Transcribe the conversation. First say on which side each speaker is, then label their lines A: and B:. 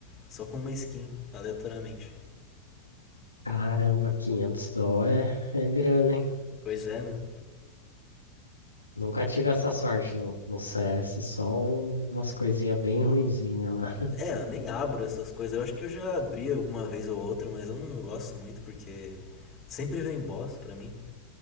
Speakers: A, on the left (about 25°); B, on the left (about 80°).
A: só com uma skin, aleatoriamente.
B: caramba, quinhentos dó é, é grana, hein?
A: Pois é, né?
B: Nunca tive essa sorte no, no CS, só um- umas coisinhas bem ruinzinhas lá.
A: É, eu nem abro essas coisas. Eu acho que eu já abri alguma vez ou outra, mas eu não gosto muito porque sempre vem bosta pra mim.